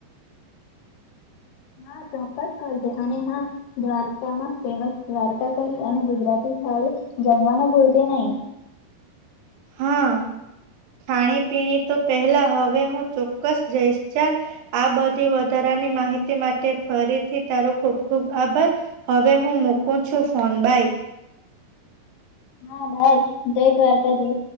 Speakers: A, on the left (about 85°); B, on the right (about 90°).
A: હા ચોક્કસ ક છે અને હા દ્વારકામાં ફેમસ દ્વારકા કરી અને ગુજરાતી થાળી જમવાનું ભૂલતે નહી
B: હા ખાણી પીણી તો પહેલા હવે હું ચોક્કસ જઈશ ચાલ આ બધી વધારાની માહિતી માટે ફરીથી તારો ખૂબ ખૂબ આભાર હવે હું મુકું છું ફોન ભાઈ
A: હા, ભાઈ જય દ્વારકા દેવ.